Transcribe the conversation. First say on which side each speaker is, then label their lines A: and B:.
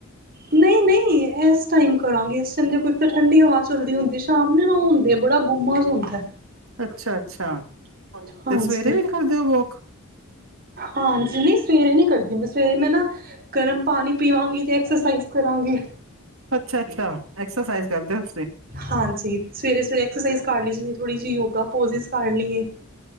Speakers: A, on the right; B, on the right.
A: ਨਹੀਂ ਨਹੀਂ ਇਸ ਟਾਈਮ ਕਰਾਂਗੇ ਇਸ ਟਾਈਮ ਕੋ ਤਾਂ ਠੰਡੀ ਹਵਾ ਚੱਲਦੀ ਹੁੰਦੀ ਸ਼ਾਮ ਨੇ ਨਾ ਹੁੰਦੇ ਬੜਾ ਗੁਮਾ ਹੁੰਦਾ
B: ਅੱਛਾ ਅੱਛਾ
A: ਹਾਂਜੀ,
B: ਤੇ ਸਵੇਰੇ ਵੀ ਕਰਦੇ ਹੋ ਵੋਕ
A: ਹਾਂਜੀ ਨਹੀਂ ਸਵੇਰੇ ਨੀ ਕਰਦੀ ਮੈਂ ਸਵੇਰੇ ਮੈਂ ਨਾ ਗਰਮ ਪਾਣੀ ਪੀਵਾਂਗੀ ਤੇ ਐਕਸਰਸਾਈਜ਼ ਕਰਾਂਗੇ
B: ਅੱਛਾ-ਅੱਛਾ ਐਕਸਰਸਾਈਜ਼ ਕਰਦੇ ਹੋ ਤੁਸੀਂ
A: ਹਾਂਜੀ ਸਵੇਰੇ ਸਵੇਰੇ ਐਕਸਰਸਾਈਜ਼ ਕਰ ਲਈ ਜ ਥੋੜ੍ਹੀ ਜਿਹੀ ਯੋਗਾ ਪੋਜਿਸ ਕਰ ਲਈਏ